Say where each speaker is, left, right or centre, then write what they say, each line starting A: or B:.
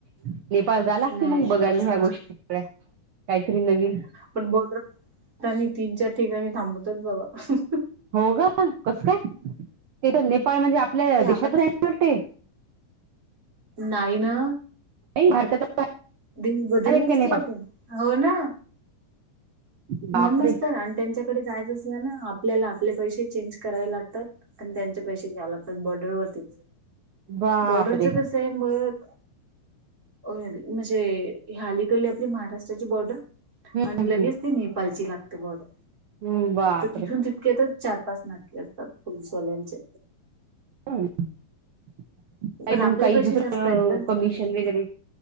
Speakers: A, on the right (about 60°); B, on the right (about 20°).
A: नेपाळ झाला
B: नाही
A: कि मग
B: एवढी
A: बघायला
B: स्वच्छ
A: ह्या गोष्टी काहीतरी नवीन.
B: पण बोट तीन चार ठिकाणी थांबवतात बाबा हं हं.
A: हो का कस काय ते तर नेपाळ म्हणजे आपल्या
B: ते
A: देशात
B: आपण
A: राणार ते.
B: नाही ना
A: भारताचा
B: दीन बदललाच
A: आहे का
B: की
A: नेपाळ
B: आपण. हो ना.
A: बापरे
B: म्हणूनच तर आणि त्यांच्याकडे जायचं असल्या ना आपल्याला आपले पैशे चेंज करावे लागतात. आणि त्यांचे पैसे घ्या लागतात बॉर्डरवरती.
A: बापरे
B: बॉर्डरचं कसं आहे बघ. म्हणजे अलीकडली आपली महाराष्ट्राची बॉर्डर
A: हम्म
B: आणि लगेच
A: हम्म
B: ते नेपाळची लागते बॉर्डर
A: हम्म बापरे
B: तर तिथून तितके तर चार पाच नाके असतात. फोलसवालाचे.
A: ह का
B: पण आपले
A: मग काही
B: पैसे
A: दुसरं
B: जास्त आहेत बरं
A: कमिशन
B: तिकडले
A: वगैरे.